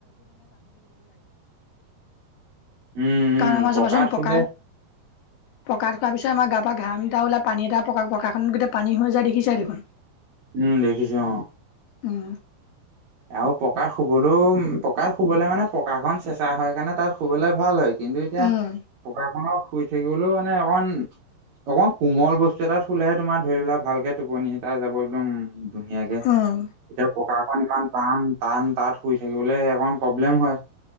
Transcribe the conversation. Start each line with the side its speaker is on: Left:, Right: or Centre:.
Right: উম উম
Left: কাৰণ আমাৰ
Right: পকাত
Left: চাবাচোন
Right: শুলে
Left: পকা পকাত শুৱাৰ পিছত আমাৰ গা পা ঘাম এটা ওলাই পানী এটা পকা পকাখন গোটেই পানী হৈ যায় দেখিছাই দেখোন।
Right: উম দেখিছো অ।
Left: উম
Right: আৰু পকাৰ শুবলৈও পকাত শুবলে মানে পকাখন চেঁচা হয় কাৰণে তাত শুবলে ভাল হয়। কিন্তু এতিয়া
Left: উম,
Right: পকা খনৰ শুই থাকিবলৈও মানে অকমান অকণ কোমল বস্তু এটাত শুলেহে তোমাৰ ধৰি লোৱা ভালকে টোপনি এটা যাব একদম ধুনীয়াকে
Left: উম,
Right: এতিয়া পকা খন টান টান টান তাত শুই থাকিবলে অকণমান প্ৰব্লেম হয়।